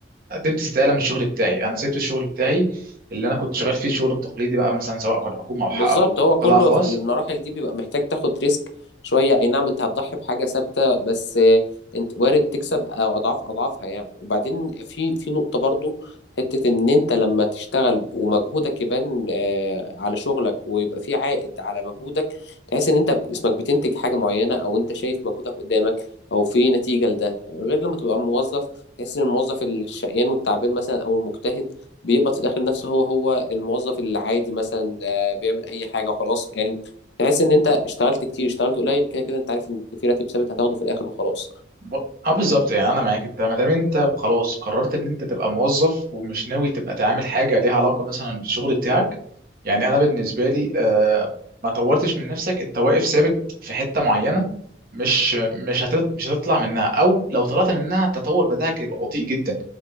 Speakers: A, on the right (about 55°); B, on the left (about 80°).
A: قدمت استقاله من الشغل بتاعي انا سبت الشغل بتاعي اللي انا كنت شغال فيه الشغل التقليدي بقى مثلا سواء كان حكومه او حق-
B: بالظبط
A: او
B: هو كله
A: قطاع خاص
B: في المراحل دي بيبقى محتاج تاخد ريسك شوية اي نعم انت هتضحي بحاجة ثابتة بس آه، انت وارد تكسب او اضعاف اضعافها يعني وبعدين في في نقطة برضو حتة ان انت لما تشتغل ومجهودك يبان آه، على شغلك ويبقى في عائد على مجهودك تحس ان انت اسمك بتنتج حاجة معينة او انت شايف مجهودك قدامك او في نتيجة لده غير لما تبقى موظف تحس ان الموظف الشقيان والتعبان مثلا او المجتهد بيقبض في الاخر نفسه هو هو الموظف العادي مثلا ولا بيعمل اي حاجه وخلاص يعني تحس ان انت اشتغلت كتير اشتغلت قليل كده كده انت عارف ان في راتب ثابت هتاخده في الاخر وخلاص
A: ب- اه بالظبط يعني انا معاك انت ما دام انت خلاص قررت ان انت تبقى موظف ومش ناوي تبقى تعمل حاجه ليها علاقه مثلا بالشغل بتاعك يعني انا بالنسبه لي آه، ما طورتش من نفسك انت واقف ثابت في حته معينه مش مش هتط... مش هتطلع منها او لو طلعت منها التطور بتاعك يبقى بطيء جدا